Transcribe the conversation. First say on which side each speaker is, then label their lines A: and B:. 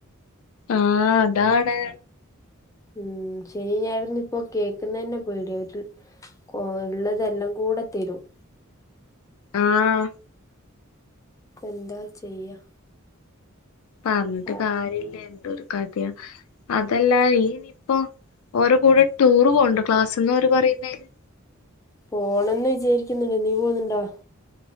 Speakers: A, on the left (about 75°); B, on the left (about 15°).
A: ആഹ് അതാണ്
B: ഉം ശനി ഞായറും ഇപ്പോ കേൾക്കുന്നന്നെ പേടിയായിട്ട് കൊ ഇള്ളതെല്ലം കൂടെ തരും
A: ആഹ്
B: എന്താ ചെയ്യാ
A: പറഞ്ഞിട്ട്
B: ആഹ്
A: കാര്യല്ല എന്തൊരു കഥയ അതല്ല ഈനിപ്പോ ഓരേ കൂടെ ടൂർ പോവ്ണ്ടോ ക്ലാസ്ന്ന് ഓര് പറയുന്നെന്
B: പോണംന്ന് വിചാരിക്കുന്നുണ്ട് നീ പോവുന്നുണ്ടോ